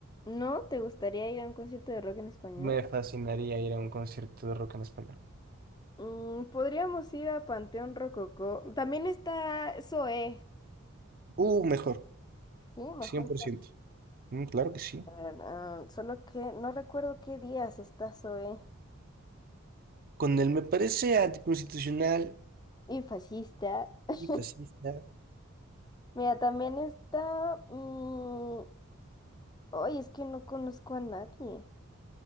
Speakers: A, on the left (about 20°); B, on the right (about 45°).
A: ¿no te gustaría ir a un concierto de rock en español?
B: Me fascinaría ir a un concierto de rock en español.
A: Mm, podríamos ir a Panteón Rococó. También está Zoé.
B: Uh, mejor,
A: Sí, mejor.
B: 100%. Mm, claro que sí.
A: para- ah, solo que no recuerdo qué días está Zoé.
B: Con él me parece anticonstitucional
A: Y fascista. <laughs>
B: y fascista.
A: Mira, también está... mm, Ay, es que no conozco a nadie.